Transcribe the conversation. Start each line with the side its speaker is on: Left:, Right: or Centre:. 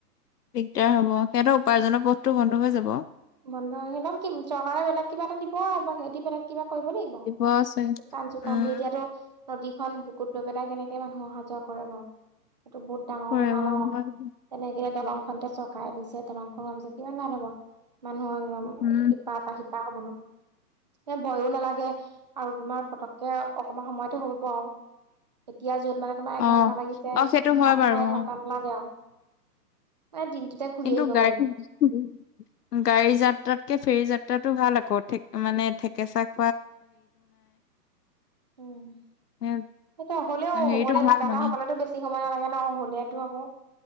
Left: দিগদাৰ হ'ব। সেহেতৰ উপাৰ্জনৰ পথটো বন্ধ হৈ যাব।
Right: বন্ধ হেদম চৰকাৰে বেলেগ কিবা এটা দিব আৰু বা সিহঁতি বেলেগ কিবা কৰিব লাগিব
Left: দিব আছে
Right: শুকান চুকান
Left: উম
Right: দি এতিয়াতো নদীখন বুকুত লৈ পেলাই কেনেকে মানুহ অহা যোৱা কৰে বাও? সেইটো বহুত ডাঙৰ
Left: কৰিব
Right: কথা ন।
Left: হয়
Right: তেনেকে দলংখনতে চকাই দিছে দলংখন হোৱাৰ পিছত কিমান ভাল হ'ব। মানুহৰ একদম
Left: উম
Right: ইপাৰ পৰা সিপা হ' বনম এ ভয়ো নালাগে আৰু তোমাৰ পতককে অকমান সময়তে হ'ব পোৱা আও। এতিয়া য'ত মানে তোমাৰ
Left: অ
Right: এঘন্টা লাগিছে
Left: অ
Right: তাত
Left: সেইটো হয় বাৰু
Right: তোমাৰ এঘন্টা
Left: অ
Right: নলাগে আৰু। মানে দিনটোতে ঘূৰি
Left: কিন্তু
Right: আহিব
Left: গায়
Right: পাৰিব
Left: <unintelligible> গাড়ী যাত্ৰাতকে ফেৰী যাত্ৰাতটো ভাল আকৌ থে মানে থঠেকেচা
Right: উম।
Left: এ
Right: সেইটো হ'লেও
Left: হেৰিটো
Right: হ'বলে
Left: ভাল
Right: কিবা এটা
Left: মানে
Right: হ'বলেতো বেছি সময় নালাগে ন হলে টো আকৌ।